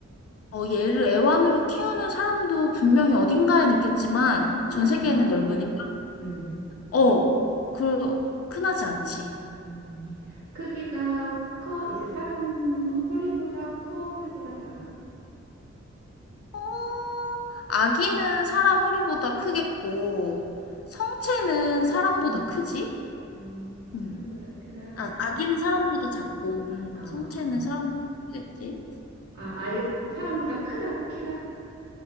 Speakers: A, on the left (about 55°); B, on the right (about 85°).
A: 어, 얘를 애완으로 키우는 사람도 분명히 어딘가엔 있겠지만
B: 흔하지
A: 전 세계에는
B: 않다?
A: 넓으니까.
B: 음.
A: 어, 그, 흔하지 않지.
B: 음, 크기가 커? 이제 사람 허리보다 커? 허리보다 작아?
A: 어, 아기는 사람 허리보다 크겠고, 성체는 사람보다
B: 응,
A: 크지?
B: 음, 음, 사람보다
A: 음.
B: 크다.
A: 아, 아기는 사람보다 작고, 음,
B: 아, 아,
A: 성체는
B: 아.
A: 사람보다 크겠지?
B: 아, 아예 사람보다 크다고 키가?